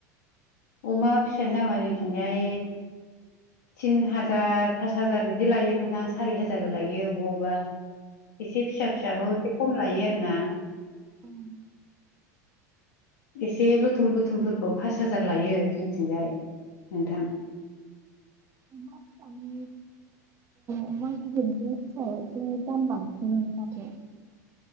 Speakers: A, on the left (about 80°); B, on the right (about 30°).
A: अमा फिसानि दामा जोंथिंजाय तिन हाजार पास हाजार बिदि लायो नोंथां सारि हाजारबो लायो अबा अबा एसे फिसा फिसाखौ एसे खम लायो आरोना।
B: उम।
A: एसे लुथुम लुथुमफोरखौ फास हाजार लायो जों जोंथिंजाय नोंथां।
B: उम। अमा गिदिरजों फिसायासो दाम बांसिन मोनो माथो।